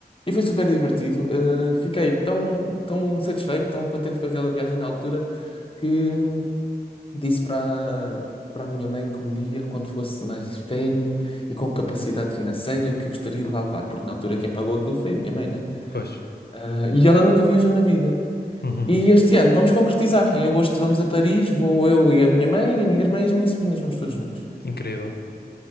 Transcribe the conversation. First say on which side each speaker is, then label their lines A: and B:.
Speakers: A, on the left (about 30°); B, on the left (about 75°).
A: e foi super divertido. Eh, fiquei tão, tão satisfeito, tão contente com aquela viagem na altura, que hum, disse para, para a minha mãe que um dia, quando fosse mais velho e com capacidade financeira, que eu gostaria de lá levar, porque na altura quem pagou aquilo foi a minha mãe, né?
B: Pois.
A: Ah, e ela nunca viajou na vida.
B: Uhum.
A: E este ano vamos concretizar. Em agosto vamos a Paris, vou eu e a minha mãe, e a minha irmã e as minhas sobrinhas, vamos todos juntos.
B: Incrível.